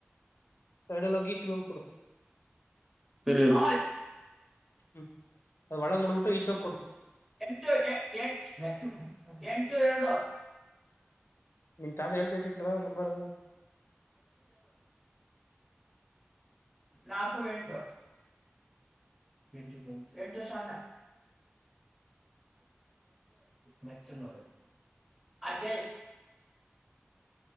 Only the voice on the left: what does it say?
ಸೈಡಲ್ಲಿ ಹೋಗಿ ಈಚೆಗ್ ಹೋಗ್ ಕೊಡು
ಹ್ಮ್ ಅದ್ ಒಳಗ್ ಮಾಡ್ಬಿಟ್ಟು ಈಚೋಗ್ ಕೊಡು.
ನಿನ್ ತಾತ ಹೇಳ್ತೈತಿ ಕೇಳ ನಂಬರು.